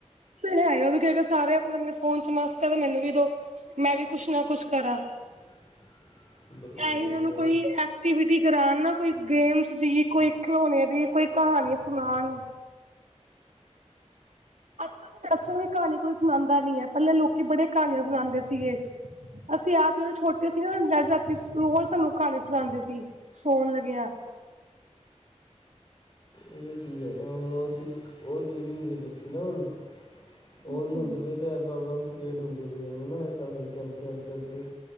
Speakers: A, on the right (about 85°); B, on the left (about 40°).
A: ਹੈ ਵੀ ਅਗਰ ਸਾਰੇ ਆਪਣੇ-ਆਪਣੇ ਫੋਨ'ਚ ਮਸਤ ਹੈ ਤੇ ਮੈਨੂੰ ਵੀ ਦੋ। ਮੈਂ ਵੀ ਕੁਛ ਨਾ ਕੁਛ ਕਰਾਂ।
B: <unintelligible>
A: ਐਸੀ ਉਹਨਾਂ
B: ਬਿਲਕੁਲ
A: ਨੂੰ ਕੋਈ ਐਕਟੀਵਿਟੀ ਕਰਾਉਣ ਨਾ ਕੋਈ ਗੇਮ ਦੀ ਵੀ ਕੋਈ ਖਿਲੋਣੇ ਦੀ ਕੋਈ ਕਹਾਣੀ ਸੁਣਾਣ। ਅੱਜ-ਕੱਲ੍ਹ ਵੈਸੇ ਵੀ ਕਹਾਣੀ ਕੋਈ ਸੁਣਾਉਂਦਾ ਨੀ ਹੈ ਪਹਿਲਾਂ ਲੋਕੀ ਬੜੇ ਕਹਾਣੀਆਂ ਸੁਣਾਉਂਦੇ ਸੀਗੇ। ਅਸੀ ਆਪ ਜਿਹੜੇ ਛੋਟੇ ਸੀ ਨਾਂ ਡੈਡੀ ਰਾਤੀ ਰੋਜ਼ ਸਾਨੂੰ ਕਹਾਣੀ ਸੁਣਾਦੇ ਸੀ। ਸੌਣ ਲੱਗਿਆ।
B: ਇਹੀ ਚੀਜ਼ ਹੈ ਨਾਂ ਹੁਣ ਉਹ ਚੀਜ਼ ਉਹ ਚੀਜ਼ ਨਹੀਂ ਬੱਚੀ ਨਾ ਹੁਣ ਉਹ
A: ਬਿਲਕੁਲ
B: ਨਹੀਂ ਹੁੰਦੀ ਪਈ ਤੇ ਪਰੋਬਲਮਸ ਕਰੇਟ ਹੁੰਦੀ ਪਈਆਂ ਏ ਨਾਂ ਸਬ ਅੱਗੇ-ਅੱਗੇ